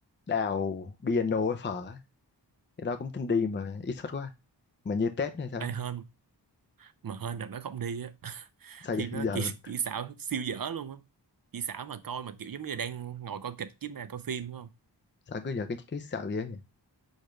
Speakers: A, on the left; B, on the right.
A: đào piano với phở ấy, cái đó cũng tin đi mà ít xuất quá mà như Tết hay sao
B: Ê hên mà hên đợt nó không đi á
A: sao
B: phim
A: giờ, <laughs>
B: nó
A: giờ
B: kỹ,
A: luôn
B: <laughs> kỹ xảo siêu dở luôn á kỹ xảo mà coi mà kiểu giống như là đang ngồi coi kịch chứ mà coi phim đúng không
A: sao cứ giờ cái cái xạo vậy nhỉ